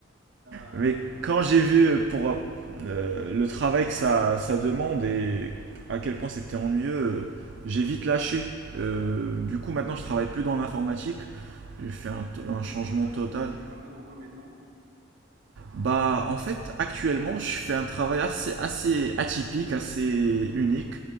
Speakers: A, on the right (about 80°); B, on the right (about 65°).
A: Euh,
B: mais quand j'ai vu pour euh, le travail que ça, ça demande et à quel point c'était ennuyeux, euh, j'ai vite lâché. Euh, du coup, maintenant, je travaille plus dans l'informatique. J'ai fait un, t- un changement
A: tu, tu travailles,
B: total
A: tu, tu travailles donc quoi maintenant?
B: Bah, en fait, actuellement, je fais un travail assez, assez atypique, assez unique.